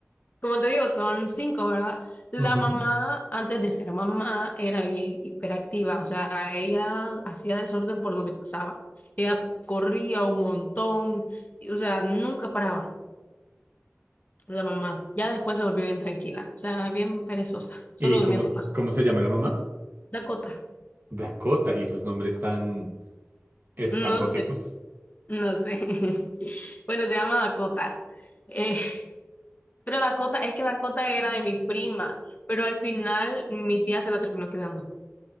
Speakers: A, on the left; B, on the right.
A: Como te digo, son cinco, ¿verdad? La
B: Ujú.
A: mamá, antes de ser mamá, era bien hiperactiva, o sea, ella hacía desorden por donde pasaba. Ella corría un montón, y, o sea, nunca paraba la mamá. Ya después se volvió bien tranquila, o sea, bien perezosa, solo
B: ¿Y
A: durmiendo
B: cómo,
A: pasa.
B: cómo se llama la mamá?
A: Dakota,
B: Dakota. Y esos nombres tan estrambóticos.
A: no sé, no sé. <laughs> Bueno, se llama Dakota. Eh, pero Dakota, es que Dakota era de mi prima, pero al final mi tía se lo terminó quedando.